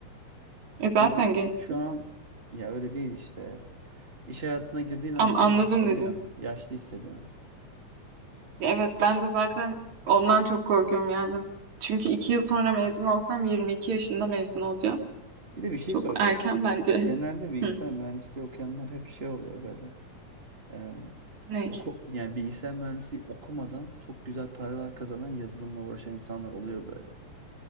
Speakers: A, on the right; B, on the right.
A: E zaten
B: Ama
A: gençsin.
B: şu an ya öyle değil işte. İş hayatına girdiğin an
A: Ama
B: böyle
A: anladım
B: yaşlanıyor.
A: dedin.
B: Yaşlı hissediyorum.
A: Ya Evet ben de zaten ondan çok korkuyorum yani. Çünkü iki yıl sonra mezun olsam 22 yaşında mezun olacağım.
B: Bir de bir şey
A: Çok
B: soracağım.
A: erken bence.
B: Genelde bilgisayar
A: Hı,
B: mühendisliği okuyanlar hep şey oluyor böyle. Ee,
A: ne?
B: oku, yani bilgisayar mühendisliği okumadan çok güzel paralar kazanan yazılımla uğraşan insanlar oluyor böyle.